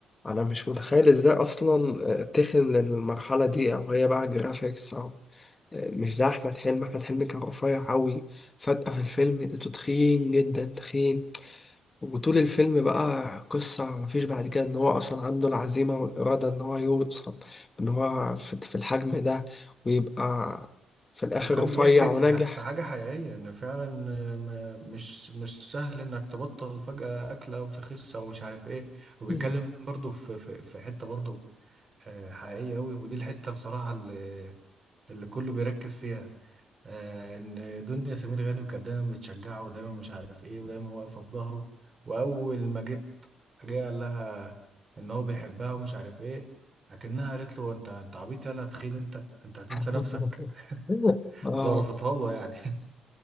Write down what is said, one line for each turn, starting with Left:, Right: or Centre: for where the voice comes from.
Left: أنا مش متخيل إزاي أصلا آه، تخن للمرحلة دي أو هي بقى جرافيكس أو مش ده احمد حلمي احمد حلمي كان رفيع قوي فجأة في الفيلم لقيته تخين جدا تخين وطول الفيلم بقى قصة مفيش بعد كده ان هو اصلا عنده العزيمة والإرادة ان هو يوصل ان هو في في الحجم ده ويبقى في الاخر
Right: وكان
Left: رفيع
Right: بيحكي في
Left: وناجح
Right: ح- في حاجة حقيقية إن فعلا آه، ما- مش مش سهل إنك تبطل فجأة أكل أو تخس أو مش عارف إيه وبيتكلم
Left: مم.
Right: برضه في في في حتة برضه آه، حقيقية أوي ودي الحتة بصراحة اللي اللي كله بيركز فيها آه، ان دنيا سمير غانم كانت دايما بتشجعه ودايما مش عارف ايه ودايما واقفه في ظهره واول ما جيت جه قال لها ان هو بيحبها ومش عارف ايه لكنها قالت له انت انت عبيط يلا تخين انت انت هتنسى
Left: <laughs>
Right: نفسك <laughs>
Left: اه
Right: ظرفتها له يعني <laughs>